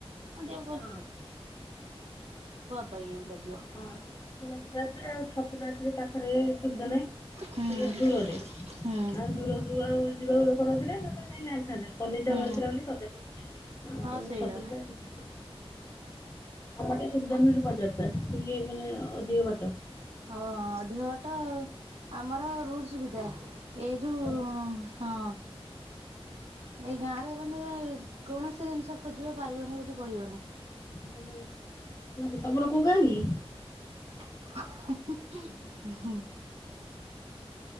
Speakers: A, on the right; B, on the left.
A: ଆଉ
B: ହଁ
A: <unintelligible> ଅବାଗିଆ ବି ଲାଗିବ।
B: ହଁ ସେ ରାତିରେ <unintelligible> ଛତୁ <unintelligible> ପାଖରେ ସୁବିଧା ନାହିଁ।
A: ହୁଁ
B: ଟିକେ ଦୂରରେ
A: ହୁଁ।
B: ଆଉ ଦୂରକୁ ଆଉ ଯିବାକୁ ଲୋକ ନଥିଲେ ନହେଲେ ଯାଇକି ଆଣିଥାନ୍ତେ। ପନିର ଟା
A: ହୁଁ
B: ଘରେ ଥିଲା ବୋଲି କରଦେଲି ଆଉ
A: ହଁ ସେଇଆ
B: ଛତୁ <unintelligible> ଆମଟେ ସୁବିଧାମି ବଜାରଟା କି ସେଇ ମାନେ ଅଧିକ ବାଟ।
A: ହଁ ଅଧିକ ବାଟ ଆଉ ଆମର ରୁଟ ସୁବିଧା ଏଇ ଯୋଉ
B: ହଁ।
A: ହଁ ହଁ। ଏଇ ଗାଁରେ ମାନେ କୌଣସି ଜିନିଷ ଖୋଜିବ ପାଇବନି ବୋଲି କହିବନି।
B: ହୁଁ ହୁଁ ତମର କୋଉ ଗାଆଁ କି?
A: ହୁଁ ହୁଁ।
B: <inaudible>
A: ହଁ।